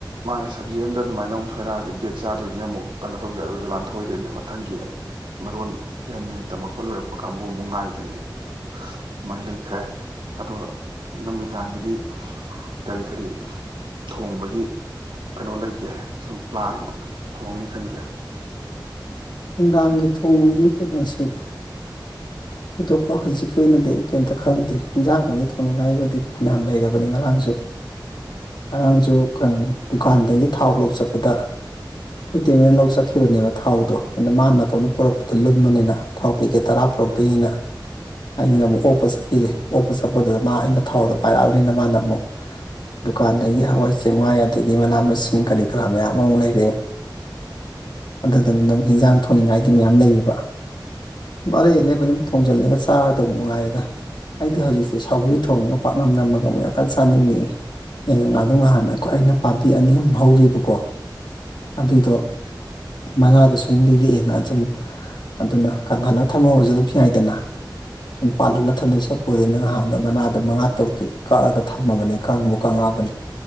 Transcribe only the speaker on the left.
ꯅꯨꯡꯗꯥꯡꯒꯤ ꯊꯣꯡꯕꯒꯤ ꯀꯩꯅꯣꯁꯤ ꯑꯇꯣꯞꯄ ꯍꯧꯖꯤꯛꯀꯤ ꯑꯣꯏꯅꯗꯤ ꯀꯔꯤꯝꯇ ꯈꯪꯗꯦ ꯏꯟꯖꯥꯡꯕꯨꯗꯤ ꯊꯣꯡꯅꯤꯡꯉꯥꯏꯕꯨꯗꯤ ꯐꯅꯌꯥꯝ ꯂꯩꯔꯕꯅꯤ ꯉꯔꯥꯡꯁꯨ ꯉꯔꯥꯡꯁꯨ ꯗꯨꯀꯥꯟꯗꯒꯤ ꯊꯥꯎ ꯂꯧ ꯆꯠꯄꯗ ꯑꯩꯈꯣꯏ ꯇꯦꯝꯃꯩꯅ ꯂꯧ ꯆꯠꯈꯤꯕꯅꯦꯕ ꯊꯥꯎꯗꯣ ꯑꯗ ꯃꯥ ꯃꯇꯣꯟꯗ ꯄꯨꯔꯛꯄꯗ ꯂꯨꯝꯕꯅꯤꯅ ꯊꯥꯎ ꯄꯦꯀꯦꯠ ꯇꯔꯥ ꯄꯨꯔꯛꯇꯣꯏꯅꯤꯅ ꯑꯩꯅ ꯑꯃꯨꯛ ꯑꯣꯛꯄ ꯆꯠꯄꯤꯔꯦ ꯑꯣꯛꯄ ꯆꯠꯄꯗꯨꯗ ꯃꯥ ꯑꯩꯅ ꯊꯥꯎꯗꯣ ꯄꯥꯏꯔꯛꯑꯕꯅꯤꯅ ꯃꯥꯅ ꯑꯃꯨꯛ ꯗꯨꯀꯥꯟꯗꯒꯤ ꯍꯋꯥꯏ ꯆꯦꯡꯋꯥꯏ ꯑꯗꯒꯤ ꯃꯅꯥ ꯃꯁꯤꯡ ꯀꯔꯤ ꯀꯔꯥ ꯃꯌꯥꯝ ꯑꯃꯨꯛ ꯂꯩꯔꯑꯦ ꯑꯗꯨꯗꯨꯅ ꯑꯗꯨꯝ ꯍꯤꯟꯖꯥꯡ ꯊꯣꯡꯅꯤꯡꯉꯥꯏꯗꯤ ꯃꯌꯥꯝ ꯂꯩꯌꯦꯕ ꯑꯗꯨꯝ ꯑꯔꯩ ꯑꯔꯩꯕ ꯑꯗꯨꯝ ꯊꯣꯡꯖꯤꯜꯂꯒ ꯆꯥꯔꯗꯧ ꯉꯥꯏꯔꯦꯗ ꯑꯩꯗꯤ
ꯍꯧꯖꯤꯛꯁꯦ ꯁꯥꯎꯒ꯭ꯔꯤ ꯊꯣꯡꯉ ꯄꯥꯛꯅꯝ ꯅꯝꯃꯒ ꯑꯃꯨꯛ ꯌꯥꯝ ꯀꯟ ꯆꯥꯅꯤꯡꯉꯦ ꯌꯥꯏꯉꯪꯂꯥꯗꯣ ꯉꯍꯥꯟ ꯑꯩꯈꯣꯏ ꯑꯩꯅ ꯄꯥꯝꯕꯤ ꯑꯅꯤ ꯑꯍꯨꯝ ꯍꯧꯔꯤꯕꯀꯣ ꯑꯗꯨꯏꯗꯣ ꯃꯉꯥꯗꯁꯨ ꯁꯨꯝ ꯂꯤꯔꯛꯑꯦꯅ ꯑꯗꯨꯨꯝ ꯑꯗꯨꯅ ꯀꯪꯍꯜꯂꯒ ꯊꯝꯃꯧꯔꯁꯨ ꯑꯗꯨꯝ ꯌꯥꯏꯗꯅ ꯁꯨꯝ ꯄꯥꯜꯍꯜꯂ ꯊꯝꯗꯣꯏ ꯁꯔꯨꯛꯄꯨꯗꯤ ꯅꯪꯍꯥꯟꯗꯣ ꯃꯅꯥꯗꯣ ꯃꯉꯥ ꯇꯔꯨꯛꯇ ꯀꯛꯑꯒ ꯊꯝꯃꯕꯅꯦ ꯀꯥꯡꯕꯨ ꯀꯥꯉꯥꯕꯅꯦ